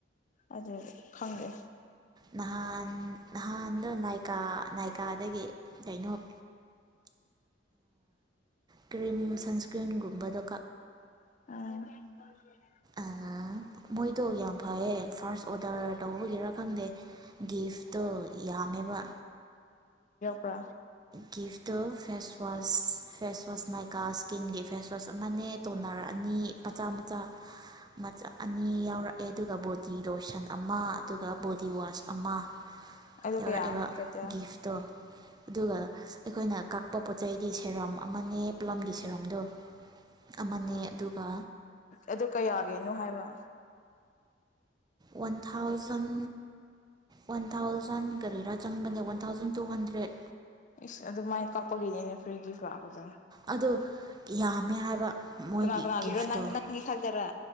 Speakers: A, on the left; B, on the right.
A: ꯑꯗꯨꯖꯨ ꯈꯪꯗꯦ꯫
B: ꯅꯍꯥꯟ ꯅꯍꯥꯟꯗ ꯅꯥꯏꯀꯥ ꯅꯥꯏꯛ꯫ ꯀꯥꯗꯒꯤ꯫ ꯀꯩꯅꯣꯛ ꯀ꯭ꯔꯤꯝ ꯁꯟꯁꯀ꯭ꯔꯤꯟꯒꯨꯝꯕꯗꯣ
A: ꯑ
B: ꯑ ꯃꯣꯏꯗꯣ ꯌꯥꯝ ꯐꯩꯌꯦ ꯐꯥꯔꯁ ꯑꯣꯗꯔ ꯇꯧꯕꯒꯤꯔꯥ ꯈꯪꯗꯦ ꯒꯤꯐ ꯇꯣ ꯌꯥꯝꯃꯦꯕ
A: ꯀ
B: ꯒꯤꯐꯇꯨ face wash face wash Nykaa ꯏꯁꯀꯤꯟꯒꯤ ꯐꯦꯁ ꯋꯥꯁ ꯑꯃꯅꯦ ꯇꯣꯅꯔ ꯑꯅꯤ ꯃꯆꯥ ꯃꯆꯥ ꯑꯅꯤ ꯌꯥꯎꯔꯛꯑꯦ ꯑꯗꯨꯒ ꯗꯤꯔꯣꯁꯟ ꯑꯃ ꯑꯗꯨꯒ ꯕꯣꯗꯤ ꯋꯥꯁ ꯑꯃ
A: ꯑꯗꯨꯗꯨ
B: ꯌꯥꯎꯔꯛꯑꯦꯕ
A: ꯀꯌꯥ ꯇꯣꯇꯥꯜ
B: ꯒꯤꯐꯇꯣ ꯑꯗꯨꯒ ꯑꯩꯈꯣꯏꯅ ꯀꯛꯄ ꯄꯣꯠ ꯆꯩꯗꯤ ꯁꯦꯔꯥꯝ ꯑꯃꯅꯦ ꯄꯂꯝꯒꯤꯁ ꯍꯔꯣꯝꯗꯣ ꯑꯃꯅꯦ ꯑꯗꯨꯒ
A: ꯑꯗꯨ ꯀꯌꯥꯒꯤꯅꯣ ꯍꯥꯏꯕ
B: ꯑꯣ ꯊꯥꯎꯖꯟ ꯋꯥꯟ ꯊꯥꯎꯖꯟ ꯀꯔꯤꯔꯥ ꯆꯪꯕꯅꯦ ꯋꯥꯟ ꯊꯥꯎꯖꯟ ꯇꯨ ꯍꯟꯗ꯭ꯔꯦꯠ
A: ꯏꯁ ꯑꯗꯨꯃꯥꯏꯅ ꯀꯥꯞꯄꯒꯤꯅꯦ ꯐꯔꯤ ꯒꯤꯐ ꯂꯥꯛꯄꯗ
B: ꯑꯗꯣ ꯌꯥꯝꯃꯦ ꯍꯥꯏꯕ ꯃꯣꯏꯒꯤ
A: ꯀꯅꯥ ꯀꯅꯥꯒꯤꯔꯣ
B: ꯒꯤꯐꯇꯣ
A: ꯅꯪ ꯅꯪꯒꯤ ꯈꯛꯇꯔ